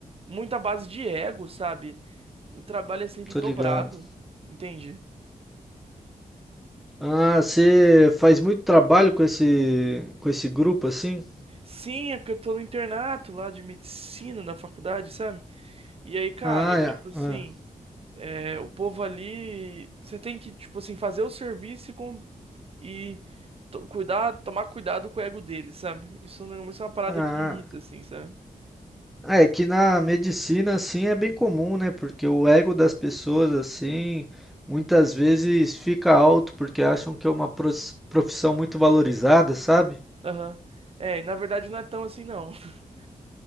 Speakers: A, on the right; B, in the centre.
A: muito à base de ego, sabe? O trabalho é sempre
B: tô
A: dobrado,
B: ligado.
A: entende?
B: Ah, você faz muito trabalho com esse, com esse grupo assim?
A: Sim, é porque eu tô no internato lá de medicina na faculdade, sabe? E aí, cara,
B: Ah, é.
A: tipo assim,
B: Ah,
A: é, o povo ali, você tem que, tipo assim, fazer o serviço e com e to- cuidar, tomar cuidado com o ego dele, sabe? Isso, não, isso é uma parada
B: ah.
A: que irrita, assim, sabe?
B: Ah, é que na medicina assim é bem comum, né? Porque o ego das pessoas assim muitas vezes fica alto porque acham que é uma pros- profissão muito valorizada, sabe?
A: Aham. É, e na verdade não é tão assim, não. <laughs>